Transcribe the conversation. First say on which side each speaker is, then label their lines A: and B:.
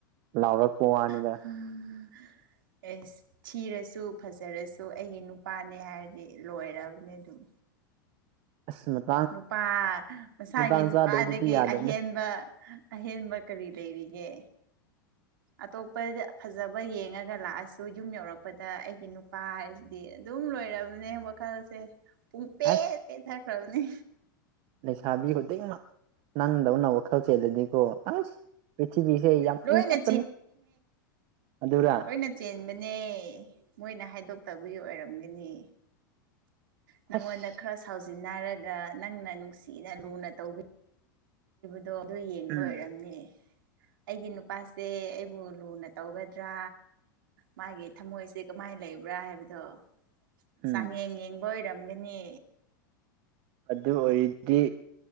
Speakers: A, on the right; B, on the right.
A: ꯂꯥꯎꯔꯛꯄ ꯋꯥꯅꯤꯗ
B: ꯎꯝ ꯑꯩꯁ ꯊꯤꯔꯁꯨ ꯐꯖꯔꯁꯨ ꯑꯩꯒꯤ ꯅꯨꯄꯥꯅꯦ ꯍꯥꯏꯔꯗꯤ ꯂꯣꯏꯔꯕꯅꯤ ꯑꯗꯨꯝ
A: ꯑꯁ <unintelligible>
B: ꯅꯨꯄꯥ ꯃꯁꯥꯒꯤ
A: ꯃꯇꯥꯡ
B: ꯅꯨꯄꯥꯗꯒꯤ
A: ꯆꯥꯗꯕꯗꯨꯗꯤ ꯌꯥꯗꯕꯅꯦ
B: ꯑꯍꯦꯟꯕ ꯑꯍꯦꯟꯕ ꯀꯔꯤ ꯂꯩꯔꯤꯒꯦ ꯑꯇꯣꯞꯄꯗ ꯐꯖꯕ ꯌꯦꯡꯉꯒ ꯂꯥꯛꯑꯁꯨ ꯌꯨꯝ ꯌꯧꯔꯛꯄꯗ ꯑꯩꯒꯤ ꯅꯨꯄꯥ ꯗꯤ ꯑꯗꯨꯝ ꯂꯣꯏꯔꯕꯅꯦ ꯋꯥꯈꯜꯁꯦ ꯄꯨꯡ ꯄꯦꯠ
A: ꯑꯁ
B: ꯄꯦꯠꯊꯈ꯭ꯔꯕꯅꯦ
A: ꯂꯩꯁꯥꯕꯤ ꯈꯨꯗꯤꯡꯃꯛ ꯅꯪꯗꯧꯅ ꯋꯥꯈꯜ ꯆꯦꯜꯂꯗꯤꯀꯣ ꯑꯁ ꯄ꯭ꯔꯤꯊꯤꯕꯤꯁꯦ ꯌꯥꯝ
B: ꯂꯣꯏꯅ
A: ꯏꯪ ꯇꯞꯀꯅꯤ ꯑꯗꯨꯔ
B: ꯅ ꯆꯦꯟꯕꯅꯦ ꯃꯣꯏꯅ ꯍꯥꯏꯗꯣꯛꯇꯕꯒꯤ ꯑꯣꯏꯔꯝꯒꯅꯤ ꯅꯪꯉꯣꯟꯗ
A: ꯑꯁ
B: ꯈꯔ ꯁꯥꯎꯖꯤꯟꯅꯔꯒ ꯅꯪꯅ ꯅꯨꯡꯁꯤꯅ ꯂꯨꯅ ꯇꯧꯕꯤ ꯗꯣ ꯑꯗꯨ ꯌꯦꯡꯕ
A: ꯎꯝ
B: ꯑꯣꯏꯔꯝꯅꯦ ꯑꯩꯒꯤ ꯅꯨꯄꯥꯁꯦ ꯑꯩꯕꯨ ꯂꯨꯅ ꯇꯧꯒꯗ꯭ꯔꯥ ꯃꯥꯒꯤ ꯊꯃꯣꯏꯁꯦ ꯀꯃꯥꯏ ꯂꯩꯕ꯭ꯔꯥ ꯍꯥꯏꯕꯗꯣ
A: ꯎꯝ
B: ꯆꯥꯡꯌꯦꯡ ꯌꯦꯡꯕ ꯑꯣꯏꯔꯝꯒꯅꯤ
A: ꯑꯗꯨ ꯑꯣꯏꯔꯗꯤ